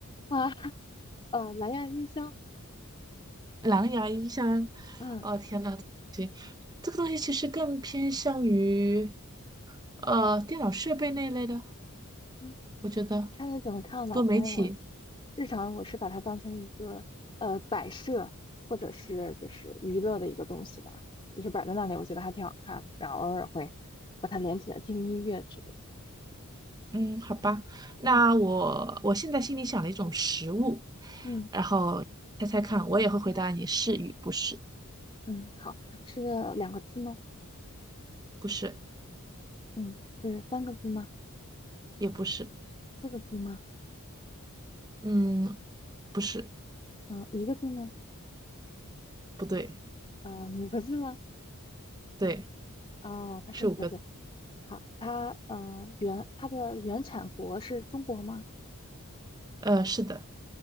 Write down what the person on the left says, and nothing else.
啊呃，蓝牙音箱，
嗯
嗯，
看你怎么看吧。
反正我日常我是把它当成一个呃摆设或者是就是娱乐的一个东西吧，就是摆在那里，我觉得还挺好看的。然后偶尔会把它连起来听音乐之类的。
嗯，嗯
嗯，好，是两个字吗？
嗯，是三个字吗？
四个字吗？
嗯、一个字吗？
呃，五个字吗？
啊、它是五个字。
好，它呃原它的原产国是中国吗？